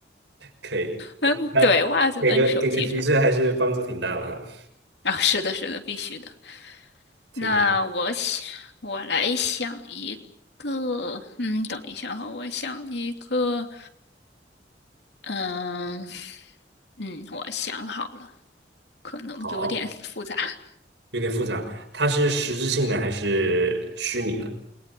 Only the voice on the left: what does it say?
嗯，
对，袜子跟手机上
啊，是的，是的，必须的。
那我想，我来想一个，嗯，等一下哈，我想一个，嗯嗯，我想好了。可能有点
<laughs> 复杂，